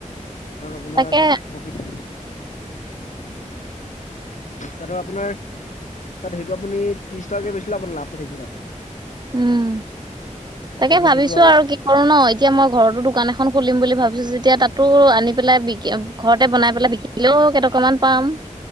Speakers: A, on the left; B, on the right.
A: তাত ধৰক আপোনাৰ
B: তাকে
A: তাত প্ৰফিট হয় তাতো আপোনাৰ তাত সেইটো আপুনি ত্ৰিশ টকাকে বেচিলে আপোনাৰ লাভ এটা থাকিব তাত
B: উম তাকে
A: প্ৰফিট
B: ভাবিছো
A: থাকিব
B: আৰু
A: হয়,
B: কি কৰো ন এতিয়া মই ঘৰতো দোকান এখন খোলিম বুলি ভাবিছো যেতিয়া তাতো আনি পেলাই বিক্ৰী ঘৰতে বনাই পেলাই বিকিলেও কেইটকামান পাম